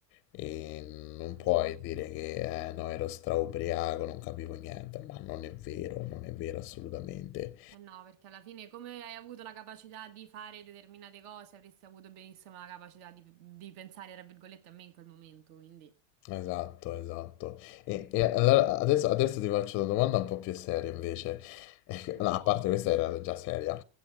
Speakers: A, on the left; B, on the right.
A: E non
B: sì.
A: puoi dire che eh, no, ero straubriaco, non capivo niente, ma non è vero, non è vero assolutamente.
B: Eh no, perché alla fine come hai avuto la capacità di fare determinate cose, avresti avuto benissimo la capacità di, di pensare, tra virgolette, a me in quel momento, quindi...
A: Esatto, esatto. E, e allora adesso, adesso ti faccio una domanda un po' più seria invece. <laughs>
B: Vai.
A: No, a parte questa era già seria.